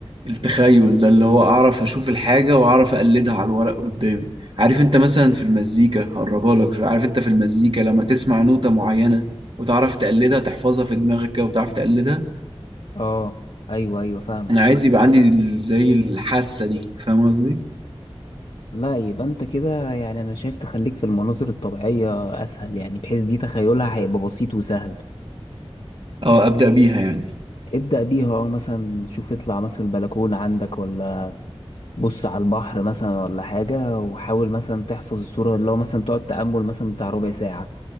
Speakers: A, on the right (about 55°); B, on the left (about 70°).
A: التخيل ده اللي هو اعرف اشوف الحاجه واعرف اقلدها على الورق قدامي عارف انت مثلا في المزيكا هقربها لك شو عارف انت في المزيكا لما تسمع نوتة معينه وتعرف تقلدها تحفظها في دماغك كده وتعرف تقلدها
B: اه ايوه ايوه فاهمك
A: انا عايز يبقى عندي زي الحاسه دي فاهم قصدي
B: لا يبقى انت كده يعني انا شايف تخليك في المناظر الطبيعية اسهل يعني بحيث دي تخيلها هيبقى بسيط وسهل
A: او ابدا بيها يعني
B: ابدأ بيها اه مثلا شوف اطلع مثلا البلكونة عندك ولا بص على البحر مثلا ولا حاجة وحاول مثلا تحفظ الصورة اللي هو مثلا تقعد تأمل مثلا بتاع ربع ساعة